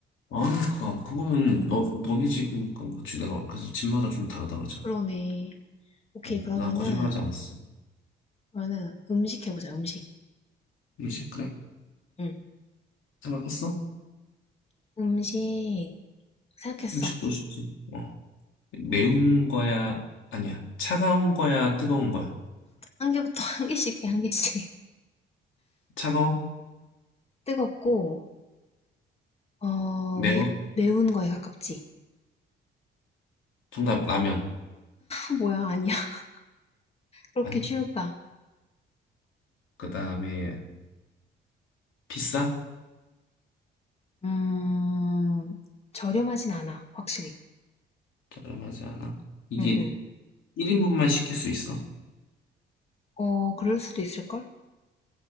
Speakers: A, on the left; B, on the left.
A: 아니, 그니까, 그거는, 너, 너네 집, 그니까, 그지 내가, 그래서 집마다 좀 다르다고 그랬잖아.
B: 그러네. 오케이,
A: 어,
B: 그러면은,
A: 나 거짓말하지 않았어.
B: 그러면은 음식 해보자, 음식.
A: 그식 그래?
B: 응.
A: 생각했어?
B: 음식, 생각했어.
A: 음식도 쉽지. 어. 매운 거야? 아니야. 차가운 거야? 뜨거운 거야?
B: 한 개부터 <laughs> 한 개씩 해, 한 개씩.
A: 차가워?
B: 뜨겁고, 어,
A: 매워?
B: 매, 매운 거에 가깝지.
A: 정답, 라면.
B: 어, 뭐야, 아니야. <laughs> 그렇게
A: 아니.
B: 쉬울까?
A: 그 다음에, 비싸?
B: 음, 저렴하진 않아, 확실히.
A: 저렴하지 않아? 이게
B: 응, 응.
A: 1인분만 시킬 수 있어.
B: 어, 그럴 수도 있을걸?